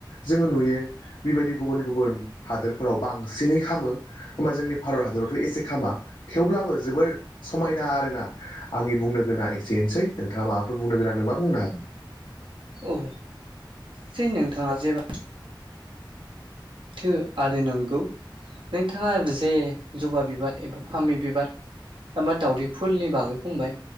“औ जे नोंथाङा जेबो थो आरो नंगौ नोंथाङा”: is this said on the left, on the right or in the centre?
Right